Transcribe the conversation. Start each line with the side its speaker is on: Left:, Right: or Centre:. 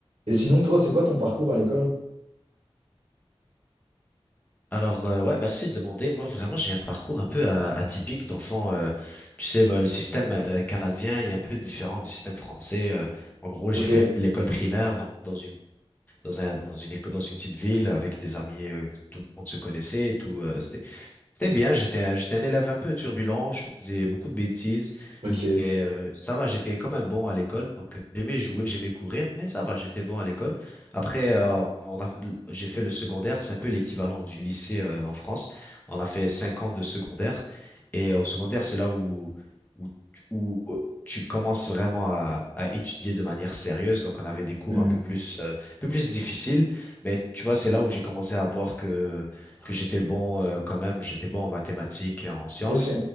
Right: Et sinon, toi, c'est quoi ton parcours à l'école?
Left: Alors euh, ouais, merci de demander. Moi vraiment j'ai un parcours un peu euh, atypique dans le fond. euh, tu sais bah, le système euh, canadien est un peu différent du système français. euh. en gros
Right: Ok.
Left: j'ai fait l'école primaire dans, dans une dans un dans une éco- dans une petite ville avec des amis. euh, tout le monde se connaissait. Tout euh, c'était c'était bien. J'étais un- j'étais un élève un peu turbulent. Je faisais beaucoup de bêtises.
Right: Ok.
Left: Et euh, ça va, j'étais quand même bon à l'école. Donc, j'aimais jouer, j'aimais courir, mais ça va, j'étais bon à l'école. Après, euh, on a, j'ai fait le secondaire. C'est un peu l'équivalent du lycée euh, en France. On a fait cinq ans de secondaire. Et au secondaire, c'est là où, où, tu- où tu commences vraiment à, à étudier de manière sérieuse. Donc, on avait des cours
Right: Hmm.
Left: un peu plus, euh, un peu plus difficiles. Mais tu vois, c'est là où j'ai commencé à voir que, que j'étais bon euh, quand même. J'étais bon en mathématiques et en sciences.
Right: Ok,